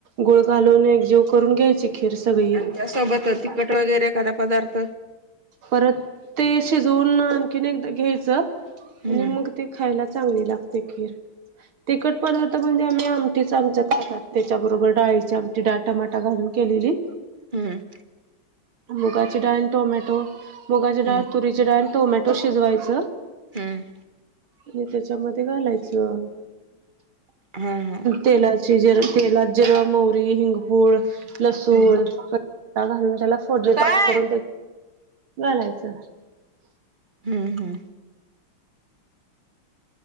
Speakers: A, on the right; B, on the right.
A: गुळ घालून एकजीव करून घ्यायची. खिर सगळी
B: आणि त्यासोबत तिखट वगैरे एखादा पदार्थ
A: परत ते शिजवून आणखीन एकदा घ्यायचं.
B: हम्म
A: आणि मग ते खायला चांगली लागते खीर तिखट पदार्थ म्हणजे आम्ही आमटीच आमच्यात खातात. त्याच्याबरोबर डाळीची आमटी डाळ, टमाटा घालून केलेली
B: हम्म
A: मुगाची डाळ आणि टोमॅटो मुगाची
B: हम्म
A: डाळ, तुरीची डाळ आणि टोमॅटो शिजवायच.
B: हम्म
A: आणि त्याच्यामध्ये घालायचं
B: हा हा
A: तेलाची तेलात जरा जिरं मोहरी हिंगपूड लसूण
B: हम्म
A: प घालून त्याला फोडणी
B: काय?
A: तयार करून घालायचं
B: हम्म हम्म